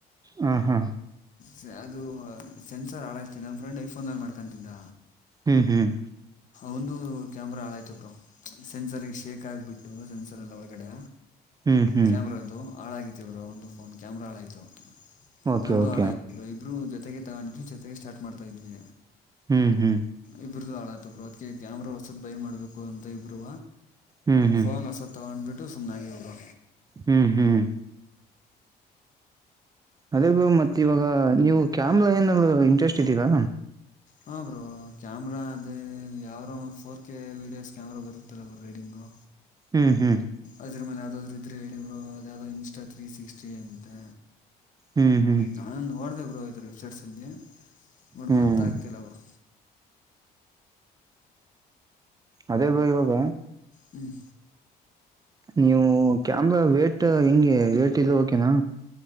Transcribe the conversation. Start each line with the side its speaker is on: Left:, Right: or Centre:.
Right: ಹಾ ಹಾ
Left: ಸೆ ಅದು ಸೆನ್ಸರ್ ಹಾಳಾಯ್ತ ನಮ್ಮ ಫ್ರೆಂಡ್ ಐಫೋನ್ನ್ ಮಾಡ್ಕೊಂತಿದ್ದ
Right: ಹ್ಮ್ ಹ್ಮ್
Left: ಒಂದು ಕ್ಯಾಮರಾ ಹಾಾಯ್ತ ಬರು ಸೆನ್ಸರ್ ಶೇಕ್ ಆಗ್ಬಿಟ್ಟು ಸೆನ್ಸರ್ ಎಲ್ಲಿ ಒ ಹೊಗಡೆ
Right: ಹ್ಮ್ ಹ್ಮ್
Left: ಕ್ಯಾಮ್ರ್ದು ಹಾಳಾಗಿತಿವರು ಒಂದು ಫೋನ್ ಕ್ಯಾಮ್ರಾ ಹಾಳಾಯ್ತು
Right: ಓಕೆ
Left: ನಂದು
Right: ಓಕೆ
Left: ಹಾಳ ಇಬ್ರು ಇಬ್ರು ಜೊತೆಗೆ ತಗೊಂಡಿದ್ವಿ ಜೊತೆಗೆ ಸ್ಟಾರ್ಟ್ ಮಾಡ್ತಾ ಇದ್ವಿ
Right: ಹ್ಮ್ ಹ್ಮ್
Left: ಇಬ್್ರದುು ಹಾಳಾಯ್ತಬ್ರು ಅದ್ಕ್ಕೆ ಕ್ಯಾಮ್ರಾ ಹೊಸದ ಬೈ ಮಾಡ್ಬೇಕು ಅಂತ ಇಬ್ಬರುೂ
Right: ಹ್ಮ್ ಹ್ಮ್
Left: ಫೋನ್ ಹೊಸ ತಗೊಂಡ್ಬಿಟ್ಟು ಸುಮ್ನೆಾಗಿವರು
Right: ಹ್ಮ್ ಹ್ಮ್. ಅದೇ ಬ್ರೋ ಮತ್ತ್ ಇವಾಗ ನೀವು ಕ್ಯಾಮ್ರಾ ಏನ ಇಂಟ್ರೆಸ್ಟ್ ಇದ್ದೀರಾ.
Left: ಹಾ ಬೋ ಕ್ಯಾಮ್ರಾ ಅದೇ ಯಾವಾರ ಫೋರ್ ಕೆ ವೀಡಿಯೋಸ್ ಕ್ಯಾಮ್ರಾ ಬರುತ್ತಲ್ಲ ರೀಡಿಂಗು.
Right: ಹ್ಮ್ ಹ್ಮ್.
Left: ಅದ್ರ ಮೇಲೆ ಯಾವುದಾದ್ರು ಇದ್ದರೆ ಹೇಳಿ ಬ್ರೋ ಅದ ಯಾವುದೋ ಇನ್ಸ್ಟಾ ತ್ರೀ ಸಿಕ್ಸ್ಟಿ ಅಂತೆ
Right: ಹ್ಮ್ ಹ್ಮ್
Left: ನಾನೊಂದು ಓಡ್ದ ಬರು ಇದರ ವೆಬ್ಸೈಟ್ಸ್ ಅಲ್ಲಿ ನೋ
Right: ಹ್ಮ್
Left: ಗೊತ್ತಾಗ್ತಿಲ್ಲ ಅವರು
Right: ಅದೇ ಬ ಇವಾಗ
Left: ಹ್ಮ್
Right: ನೀವು ಕ್ಯಾಾಮ ವೇಟ್ ಹೆಂಗೆ ವೇಟ್ ಇಲ್ಲ ಓಕೆನಾ